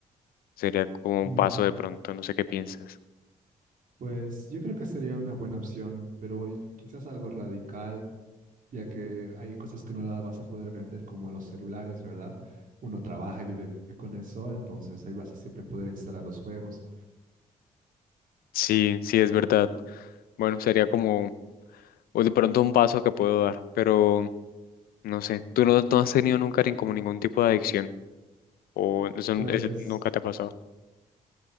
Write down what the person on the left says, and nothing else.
Sería como un
paso de pronto, no sé qué piensas.
Sí, sí, es verdad. Bueno, sería como o de pronto un paso que puedo dar, pero no sé, tú no, no has tenido nunca ni- como ningún tipo de adicción o eso,
eso nunca te ha pasado.